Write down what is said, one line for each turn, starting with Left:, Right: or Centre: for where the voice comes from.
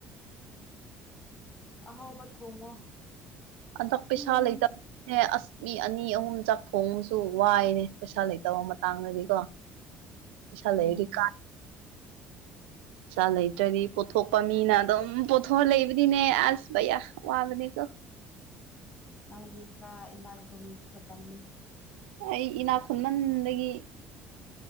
Left: ꯑꯍꯥꯎꯕ ꯊꯣꯡꯉꯣ
Right: ꯑꯟꯗꯛ ꯄꯩꯁꯥ
Left: ꯌꯦꯟ
Right: ꯂꯩꯇ ꯅꯦ ꯑꯁ ꯃꯤ ꯑꯅꯤ ꯑꯍꯨꯝ ꯆꯥꯛ ꯊꯣꯡ ꯑꯃꯁꯁꯨ ꯋꯥꯏꯅꯦ ꯄꯩꯁꯥ ꯂꯩꯇꯕ ꯃꯇꯥꯡꯗꯗꯤꯀꯣ ꯄꯩꯁꯥ
Left: ꯎꯝ
Right: ꯂꯩꯔꯨꯗꯤ ꯀꯥ ꯄꯩꯁꯥ ꯂꯩꯇ꯭ꯔꯗꯤ ꯄꯣꯠꯊꯣꯛꯄ ꯃꯤꯅ ꯑꯗꯨꯝ ꯄꯣꯊꯣꯛꯑ ꯂꯩꯕꯗꯤꯅꯦ ꯑꯁ ꯕꯌꯥ ꯋꯥꯕꯅꯦꯀꯣ
Left: ꯅꯪꯗꯤ ꯈꯔ ꯏꯅꯥꯛ ꯑꯗꯨꯝ ꯈꯨꯜꯂꯝꯃꯤ
Right: ꯑꯩ ꯏꯅꯥꯛ ꯈꯨꯟꯃꯟꯗꯒꯤ